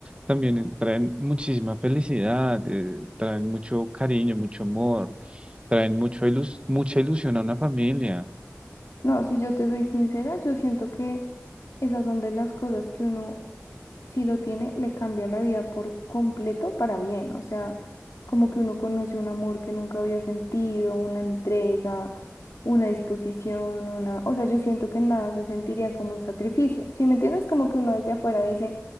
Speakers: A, on the right; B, on the left.
A: También eh, traen muchísima felicidad, eh, traen mucho cariño, mucho amor, traen mucho ilus- mucha ilusión a una familia.
B: No, si yo te soy sincera, yo siento que esas son de las cosas que uno si lo tiene, le cambia la vida por completo para bien. O sea, como que uno conoce un amor que nunca había sentido, una entrega, una disposición, una... O sea, yo siento que nada se sentiría como un sacrificio. Si me entiendes, como que uno desde afuera dice,